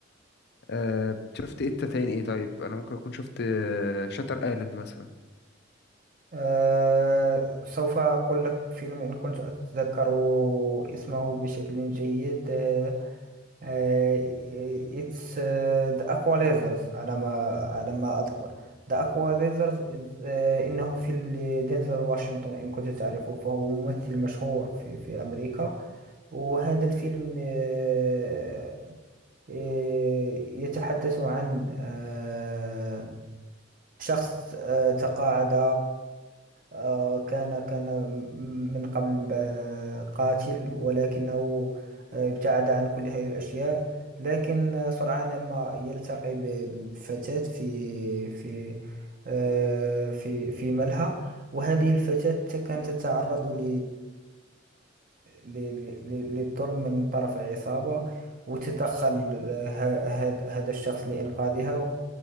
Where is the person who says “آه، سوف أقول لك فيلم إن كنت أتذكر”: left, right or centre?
Right